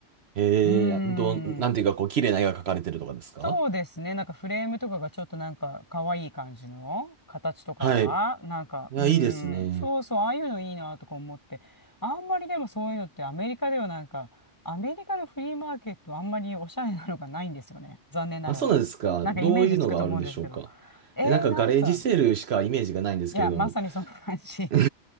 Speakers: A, on the right; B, on the left.
A: ええ、
B: うん。
A: どう、なんていうかこう、綺麗な絵が描かれてるとかですか
B: そうですね。なんかフレームとかがちょっとなんか可愛い感じの形とかが、
A: はい。
B: なんか、
A: いや、
B: うん、
A: いいですね。
B: そうそう、ああいうのいいなとか思って、あんまりでもそういうのってアメリカではなんか、アメリカのフリーマーケットあんまりおしゃれなのがないんですよね。残念ながら。
A: あ、そうなんですか。
B: なんかイメージつくと思うんですけど。
A: どういうのがあるんでしょうか。
B: えー、
A: え、なんかガレージセールしかイメージがないんですけれども。
B: なんか、いや、まさにそんな感じ。
A: <laughs>